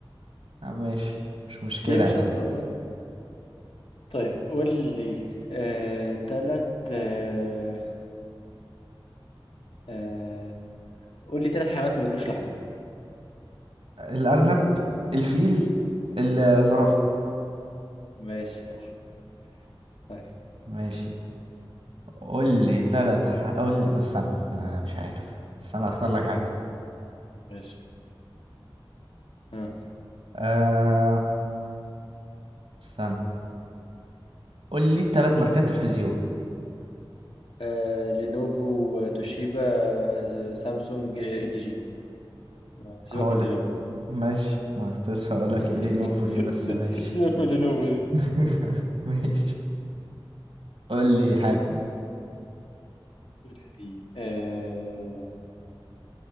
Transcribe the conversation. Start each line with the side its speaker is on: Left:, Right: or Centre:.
Right: ماشي مش مشكلة
Left: <laughs> يمشي
Right: يا عم
Left: اصفر طيب قول لي آه... تلات آه... آه... قول لي تلات حيوانات ما بياكلوش لحمة
Right: الأرنب الفيل الزرافة
Left: ماشي صح طيب
Right: ماشي قول لي تلات ح... قول لي ما استنى أنا مش عارف استنى أختار لك حاجة
Left: ماشي آه.
Right: أه... استنى قول لي تلات ماركات تلفزيون
Left: آه... لينوفو توشيبا آه، سامسونج آه، ال جي آه، سيبك
Right: هو
Left: من لينوفو دي
Right: ماشي انا كنت لسه هقول
Left: <laughs>
Right: لك ايه لينوفو دي بس
Left: س-
Right: ماشي
Left: سيبك من لينوفو دي
Right: <laughs> ماشي قول لي حاجة
Left: قول لي آه...